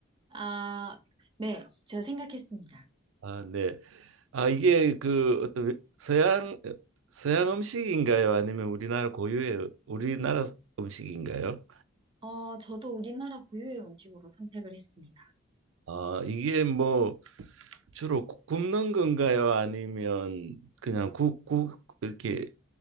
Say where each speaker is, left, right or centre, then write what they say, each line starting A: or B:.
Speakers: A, on the right; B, on the right.
A: 아, 네. 저 생각했습니다.
B: 아, 네. 아, 이게 그 어떤 외- 서양 서양 음식인가요? 아니면 우리나라 고유의 우리나라 음식인가요?
A: 어, 저도 우리나라 고유의 음식으로 선택을 했습니다.
B: 아, 이게 뭐 주로 구- 굽는 건가요? 아니면 그냥 국, 국 이렇게